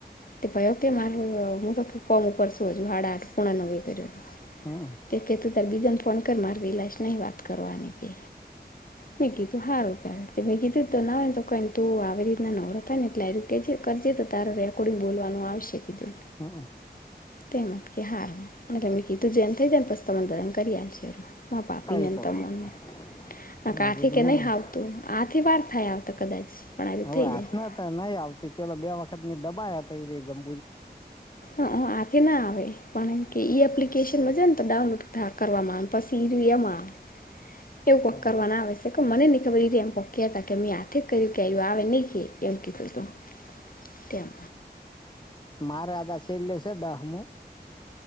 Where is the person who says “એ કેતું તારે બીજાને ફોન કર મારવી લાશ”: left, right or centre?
Left